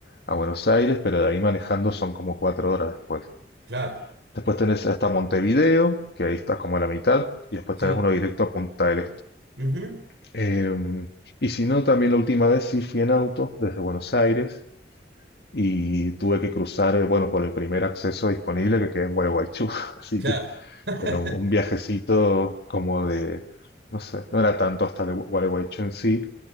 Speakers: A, on the left; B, on the right.
A: a Buenos Aires, pero de ahí manejando son como cuatro horas después.
B: claro.
A: Después tenés hasta Montevideo, que ahí estás como a la mitad, y después
B: Sí.
A: tenés uno directo a Punta del Este.
B: ujú,
A: Em, y si no, también la última vez sí fui en auto desde Buenos Aires y tuve que cruzar, eh, bueno, por el primer acceso disponible que queda en Gualeguaychú, <laughs> así
B: Claro.
A: que
B: <laughs>
A: era un, un viajecito como de, no sé, no era tanto hasta de Gualeguaychú en sí,